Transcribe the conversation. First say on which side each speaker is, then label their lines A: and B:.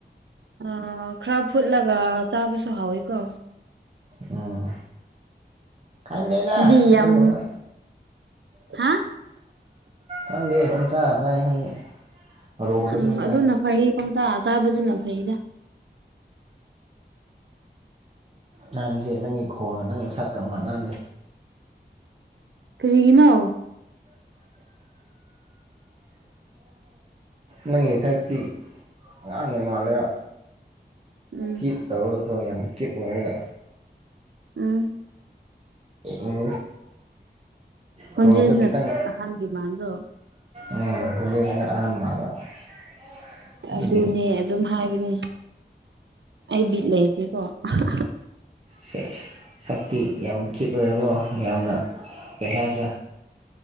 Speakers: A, on the right; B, on the right.
A: ꯑ ꯈꯔ ꯐꯨꯠꯂꯒ ꯆꯥꯕꯁꯨ ꯍꯥꯎꯋꯤꯀꯣ
B: ꯎꯝ ꯈꯪꯗꯦꯗ
A: ꯑꯗꯨꯗꯤ ꯌꯥꯝ
B: ꯑꯗꯨꯒꯨꯝꯕ
A: ꯍꯥ
B: ꯈꯪꯗꯦ ꯄꯪꯆꯥ ꯆꯥꯏ ꯑꯩꯈꯣꯏꯗꯤ ꯔꯣꯗꯁꯨ
A: ꯎꯝ ꯎꯝ
B: ꯆꯥꯏ
A: ꯑꯗꯨꯅ ꯐꯩ ꯄꯪꯆꯥ ꯆꯥꯕꯗꯨꯅ ꯐꯩꯗ
B: ꯅꯪꯁꯦ ꯅꯪꯒꯤ ꯈꯣꯟꯒ ꯅꯪꯒꯤ ꯁꯛꯀ ꯃꯥꯟꯅꯥꯥꯗꯦ
A: ꯀꯔꯤꯒꯤꯅꯣ
B: ꯅꯪꯒꯤ ꯁꯛꯇꯤ ꯑꯉꯥꯡ ꯌꯥꯝ ꯃꯥꯟꯂꯦꯕ
A: ꯎꯝ
B: ꯀ꯭ꯋꯤꯠ ꯇꯧꯔꯒ ꯀꯣ ꯌꯥꯝ ꯀ꯭ꯋꯤꯠ ꯑꯣꯏꯔꯒ
A: ꯎꯝ
B: ꯎꯝ
A: ꯈꯣꯟꯖꯦꯜꯁꯤꯅ
B: ꯈꯣꯟꯁꯨ ꯈꯤꯇꯪ
A: ꯑꯍꯟꯒꯤ ꯃꯥꯟꯗ꯭ꯔꯣ
B: ꯎꯝ ꯈꯔ ꯑꯍꯟ ꯃꯥꯟꯕ <unintelligible> ꯑꯗꯨꯒꯤꯅꯤ
A: ꯑꯗꯨꯅꯦ ꯑꯗꯨꯝ ꯍꯥꯏꯕꯅꯤ ꯑꯩ ꯕꯤꯠ ꯂꯩꯇꯦꯀꯣ ꯑꯍ ꯑꯍ꯫
B: ꯁꯦ ꯁꯛꯇꯤ ꯌꯥꯝ ꯀꯤꯌꯨꯠ ꯑꯣꯏꯀꯣ ꯌꯥꯝꯅ ꯀꯩ ꯍꯥꯏꯁꯤꯔꯥ꯫